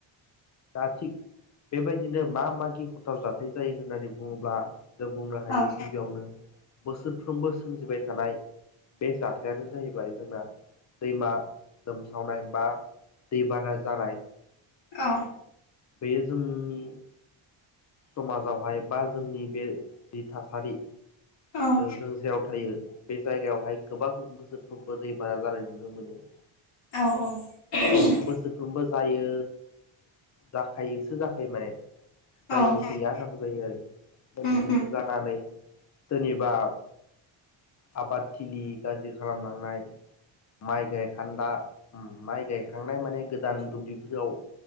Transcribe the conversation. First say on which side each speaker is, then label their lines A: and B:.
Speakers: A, on the left (about 35°); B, on the left (about 60°).
A: दा थिग बेबायदिनो मा मा गिखंथाव जाथाय जायो होननानै बुङोब्ला जों बुंनो हायो
B: औ
A: गिबियावनो बोसोरफ्रोमबो सोमजिबाय थानाय बे जाथायानो जाहैबाय जोंना दैमा लोमसावनाय बा दैबाना जानाय।
B: अ
A: बेयो जोंनि समाजावहाय बा जोंनि बे जि थासारि
B: औ
A: जों जेराव थायो बे जायगायावहाय गोबां बोसोरफ्रोमबो दैबाना जानाय नुनो मोनो।
B: औ औ <unintelligible>
A: सोरफ्रोमबो जायो जाखायोसो जाखायो माने जायि
B: औ
A: गैया होनना बुं
B: उम
A: <unintelligible> बिदिनो
B: उम
A: जानानै सोरनिबा आबादथिलि गाज्रि खालामलांनाय माइ गायखान्दा उम माइ गायखांनाय माने गोदान दुब्लिफोराव